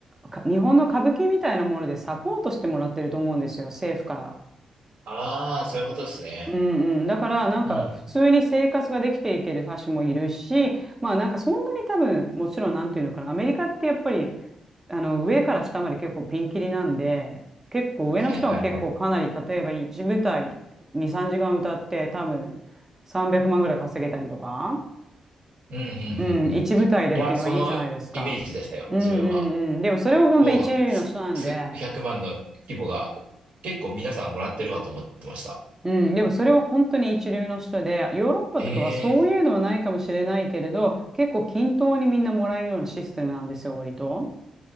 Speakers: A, on the right; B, on the right.
A: か日本の歌舞伎みたいなものでサポートしてもらってると思うんですよ、政府から。
B: ああ、そういうことですね。
A: うんうん、だからなんか普通に生活ができていける歌手もいるしまあなんかそんなに多分もちろんなんていうのかなアメリカってやっぱり
B: うん
A: あの上から下まで結構ピンキリなんで結構上の人は結構かなり例えば1舞台2、
B: はいはいはい。
A: 3時間歌って多分300万ぐらい稼げたりとか、
B: うん、うん、うん、
A: うん、
B: うん。
A: 1舞台でっていうのはいいじゃないですか。
B: いや、そのイメージでしたよ、
A: うんうんうん、
B: 自分は。
A: でもそれは本当一流の人なんで。
B: もう、す、数百万の規模が、結構皆さんもらってるかと思ってました。
A: うん、でもそれは本当に一流の人で、ヨーロッパとかはそういうのはないかもしれないけれど、
B: ええ
A: 結構均等にみんなもらえるようなシステムなんですよ、割と。